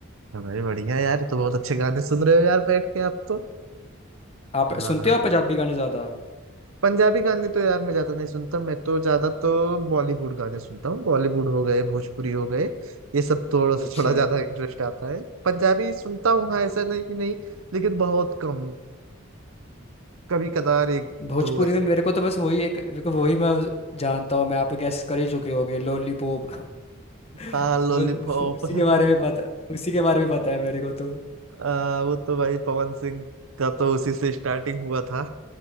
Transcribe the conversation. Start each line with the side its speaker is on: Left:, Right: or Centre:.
Right: हाँ भाई बढ़िया यार तो बहुत अच्छे गाने सुन रहे हो यार बैठ के आप तो
Left: आप
Right: हाँ।
Left: सुनते हो आप पंजाबी गाने ज़्यादा
Right: पंजाबी गाने तो यार मैं ज्यादा नहीं सुनता मैं तो ज्यादा तो बॉलीवुड गाने सुनता हूँ बॉलीवुड हो गए भोजपुरी हो गए ये सब तो थोड़ा
Left: अच्छा
Right: थोड़ा ज्यादा इंटरेस्ट आता है पंजाबी सुनता हूँ हाँ ऐसा नहीं कि नहीं लेकिन बहुत कम कभी कदार एक
Left: भोजपुरी
Right: दो ऐसे
Left: में मेरे को तो बस वही एक मेरे को वही मैं जानता हूँ मैं आप गैस कर ही चुके होगे लॉलीपॉप <laughs> बस
Right: हाँ लॉलीपॉप
Left: उसी
Right: <laughs>
Left: के बारे में पता उसी के बारे में पता है मेरे को तो
Right: आ, वो तो भाई पवन सिंह का तो उसी से स्टार्टिंग हुआ था